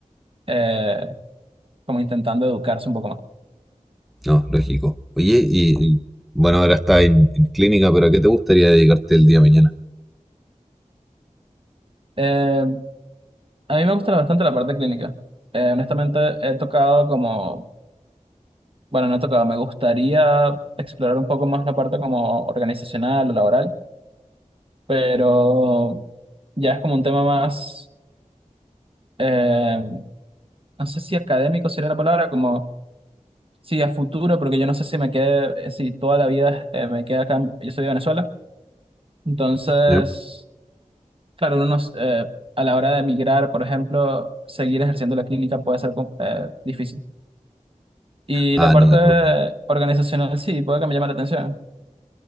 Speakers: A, on the right; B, in the centre.
A: eh, como intentando educarse un poco más.
B: no, lógico. Oye, y, y, bueno, ahora está en, en clínica, pero ¿a qué te gustaría dedicarte el día de mañana?
A: Eh, a mí me gusta bastante la parte clínica. Eh, honestamente, he tocado como, bueno, no he tocado, me gustaría explorar un poco más la parte como organizacional o laboral, pero ya es como un tema más, eh, no sé si académico sería la palabra, como Sí, a futuro, porque yo no sé si me quede, eh, si toda la vida eh, me queda acá, yo soy de Venezuela, entonces,
B: ¿Ya?
A: claro, uno nos, eh, a la hora de emigrar, por ejemplo, seguir ejerciendo la clínica puede ser com- eh, difícil. Y
B: Ah,
A: la parte
B: no, de todas maneras,
A: organizacional sí, puede que me llame la atención.